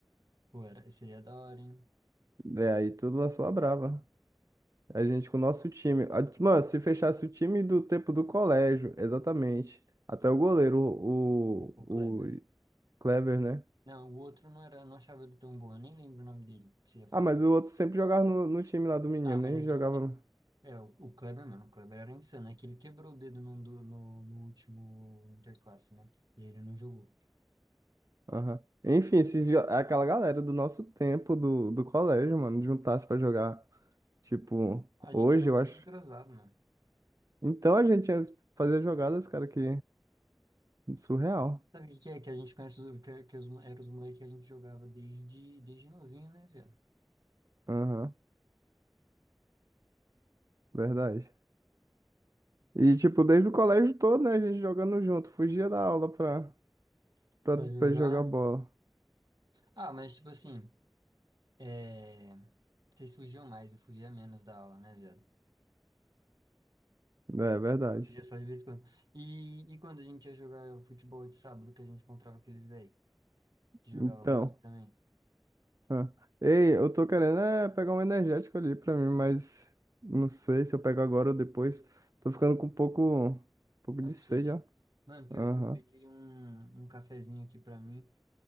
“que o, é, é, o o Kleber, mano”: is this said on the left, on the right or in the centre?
Right